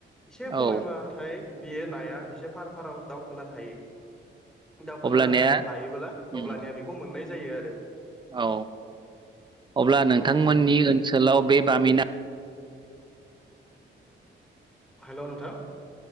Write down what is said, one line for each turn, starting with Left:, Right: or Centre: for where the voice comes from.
Centre: एसे
Right: औ
Centre: खमायबाथाय बेयो नाया एसे फार फाराव दाउ खोना थायो दावखोनाहाय
Right: अब्लानिया
Centre: थायोब्ला
Right: उम
Centre: अब्लानिया बेखौ मोननाय जायो आरो
Right: औ अब्ला नोंथांमोननि
Centre: अ
Right: ओनसोलाव बे बामिना
Centre: हेलौ नोंथां